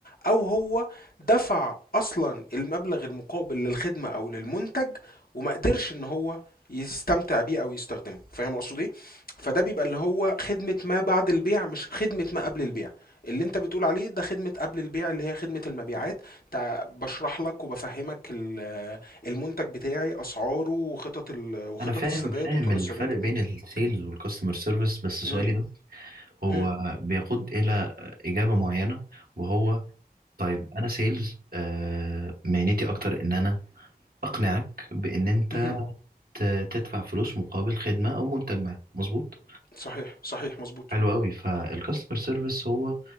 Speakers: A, on the left; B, on the right.
A: او هو دفع اصلا المبلغ المقابل للخدمة او للمنتج وما قدرش ان هو يستمتع بيه او يستخدمه فاهم اقصد ايه فده بيبقى اللي هو خدمة ما بعد البيع مش خدمة ما قبل البيع اللي انت بتقول عليه ده خدمة قبل البيع اللي هي خدمة المبيعات تع- بشرح لك وبفهمك ال- المنتج بتاعي اسعاره وخطط ال... وخطط
B: انا فاهم
A: السداد
B: فاهم
A: وطرق
B: الفرق
A: السداد
B: بين السيلز والكاستمر سيرفيس بس سؤالي
A: امم
B: ده هو
A: امم
B: بيقود الى اجابة معينة وهو طيب انا سيلز آه مهنتي اكتر ان انا اقنعك بان انت
A: امم
B: ت- تدفع فلوس مقابل خدمة أو منتج ما مظبوط
A: صحيح صحيح مظبوط
B: حلو أوي فالكاستمر سيرفيس هو